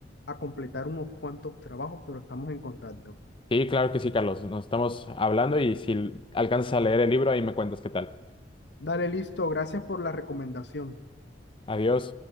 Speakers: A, on the left (about 70°); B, on the left (about 30°).
A: a completar unos cuantos trabajos, pero estamos en contacto.
B: Sí, claro que sí, Carlos. Nos estamos hablando y si alcanzas a leer el libro, ahí me cuentas qué tal.
A: Dale, listo, gracias por la recomendación.
B: Adiós.